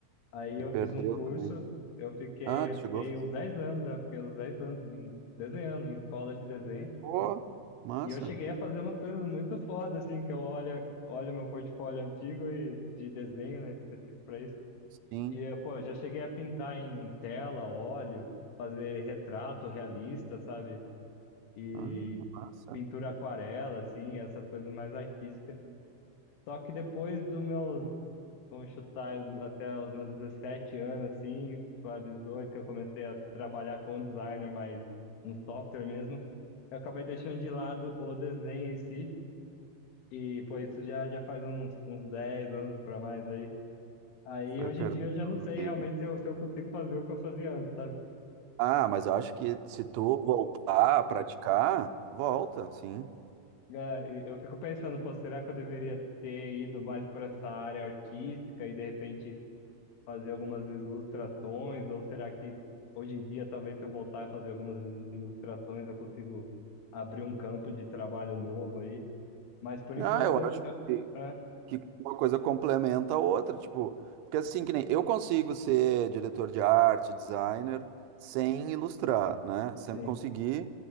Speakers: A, on the left; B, on the right.
A: Aí
B: E
A: eu
B: perdeu
A: fiz um curso,
B: também.
A: eu fiquei,
B: Ah, tu
A: eu
B: chegou
A: fiquei
B: a fazer.
A: uns 10 anos, né? Fiquei uns 10 anos em- desenhando, em escola de desenho.
B: Pô, massa.
A: E eu cheguei a fazer umas coisas muito foda, assim, que eu olho, olho meu portfólio antigo e, de desenho, né? Específico pra isso.
B: Sim.
A: E, eh, pô, eu já cheguei a pintar em tela, óleo, fazer retrato realista, sabe? e
B: Ah, massa.
A: pintura aquarela, assim, essas coisas mais artísticas. Só que depois dos meus, vamos chutar, os- até os meus 17 anos, assim, para 18, que eu comecei a trabalhar com designer, mas no software mesmo, eu acabei deixando de lado o desenho em si. E, pô, isso já, já faz uns, uns 10 anos para mais aí. Aí,
B: Foi
A: hoje
B: perdendo.
A: em dia, eu já não sei realmente se eu, se eu consigo fazer o que eu fazia antes, sabe?
B: Ah, mas eu acho que se tu voltar a praticar, volta, sim.
A: É, e eu fico pensando, pô, será que eu deveria ter ido mais para essa área artística e de repente fazer algumas ilustrações? Ou será que hoje em dia, talvez se eu voltar e fazer algumas il- ilustrações, eu consigo abrir um campo de trabalho novo aí? Mas por enquanto,
B: Ah, eu acho
A: eu,
B: que,
A: é,
B: que uma coisa complementa a outra, tipo, porque assim que nem eu consigo ser diretor de arte, designer, sem ilustrar, né? Sempre
A: sim,
B: consegui,